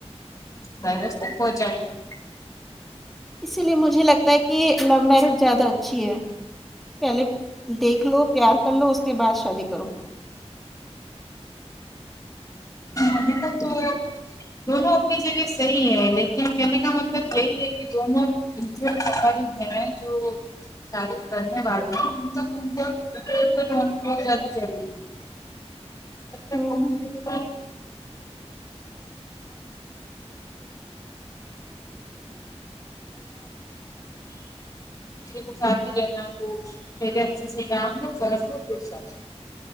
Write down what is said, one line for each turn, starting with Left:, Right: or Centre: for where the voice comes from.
Left: دوورسے جاتی ہے
Centre: اسی لیے مجھے لگتا ہے کہ لوو میرج زیادہ اچھی ہے پہلے دیکھ لو پیار کر لو اس کے بعد شادی کرو
Left: ابھی تک تو دونوں اپنی جگہ صحیح ہے لیکن کہنے کا مطلب یہی ہے کہ دونوں ان کے <unintelligible> کل ہے جو شادی کرنے والے کمفرٹ <unintelligible> بہت زیادہ ضروری ہے جب
Centre: ہمم
Left: <unintelligible> <unintelligible> دوسرے کو ساتھ ہی رہنا تو <unintelligible>